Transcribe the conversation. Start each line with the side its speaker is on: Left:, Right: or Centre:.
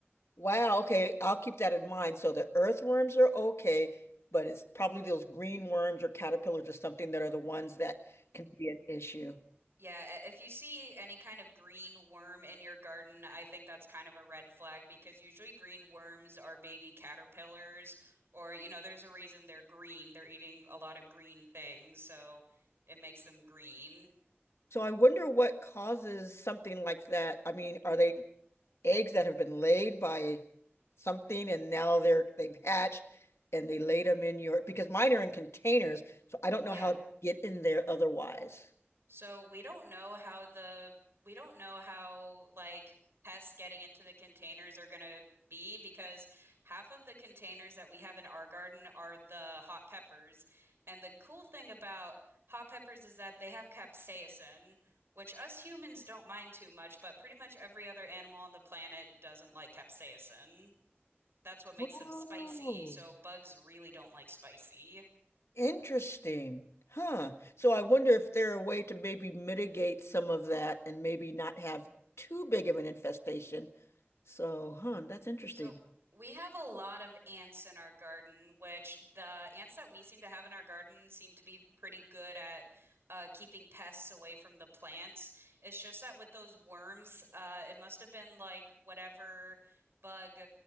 Left: Wow, okay. I'll keep that in mind. So the earthworms are okay, but it's probably those green worms or caterpillars or something that are the ones that can be an issue.
Right: Yeah, i- if you see any kind of green worm in your garden, I think that's kind of a red flag because usually green worms are baby caterpillars, or, you know, there's a reason they're green. They're eating a lot of green things, so it makes them green.
Left: So I wonder what causes something like that. I mean, are they eggs that have been laid by something and now they're they've hatched and they laid them in your because mine are in containers, so I don't know
Right: Yeah.
Left: how to get in there otherwise.
Right: So we don't know how the we don't know how like pests getting into the containers are gonna be because half of the containers that we have in our garden are the hot peppers. And the cool thing about hot peppers is that they have capsaicin, which us humans don't mind too much, but pretty much every other animal on the planet doesn't like capsaicin. That's what makes
Left: Whoa.
Right: them spicy. So bugs really don't like spicy.
Left: Interesting. Huh. So I wonder if there a way to maybe mitigate some of that and maybe not have too big of an infestation. So, huh, that's interesting.
Right: So we have a lot of ants in our garden, which the ants that we seem to have in our garden seem to be pretty good at uh, keeping pests away from the plants. It's just that with those worms, uh, it must have been like whatever bug